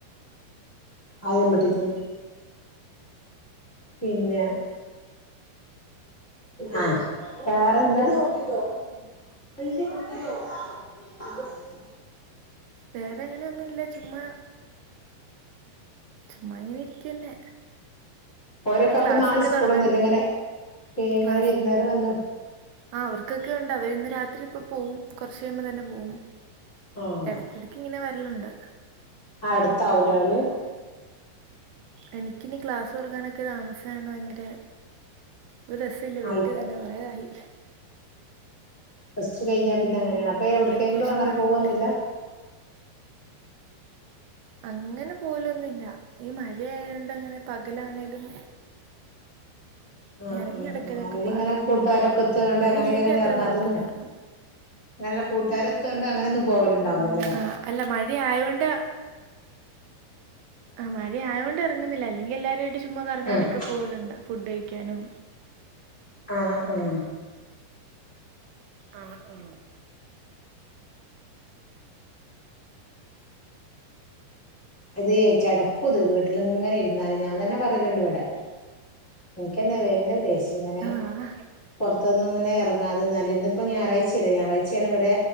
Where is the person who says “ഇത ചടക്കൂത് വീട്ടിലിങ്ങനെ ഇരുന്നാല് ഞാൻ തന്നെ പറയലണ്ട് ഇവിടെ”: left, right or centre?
Left